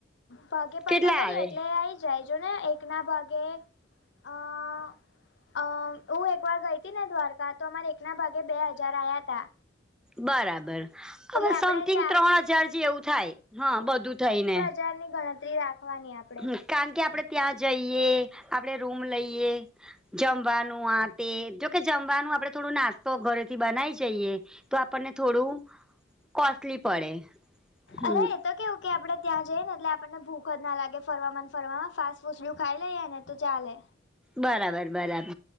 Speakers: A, on the left; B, in the centre.
A: ભાગે
B: કેટલા
A: પડતા કરીએ
B: આવે
A: એટલે આ આઈ જાય જો ને એક ના ભાગે અ અ હું એક વાર ગઈ હતી ને દ્વારકા તો અમારે એકના ભાગે બે હજાર આયાતા.
B: બરાબર હવે
A: આપણે
B: સમથિંગ
A: ચાર
B: ત્રણ હજાર જેવું થાય હા બધું થઈ ને.
A: જારની ગણતરી રાખવાની આપ
B: હ કારણ કે આપડે ત્યાં જઈએ આપડે રૂમ લઈએ. જમવાનું આ તે જોકે જમવાનું આપડે થોડું નાસ્તો ઘરેથી બનાય જઈએ. તો આપણને થોડું કોસ્ટલી પડે. હમ
A: અરે એ તો કેવું કે આપડે ત્યાં જઈએ ને એટલે આપણને ભૂખ જ ના લાગે ફરવા ને ફરવામાં ફાસ્ટ ફુસું ને એવું ખાઈ લઈએ ને તો ચાલે.
B: બરાબર બરાબર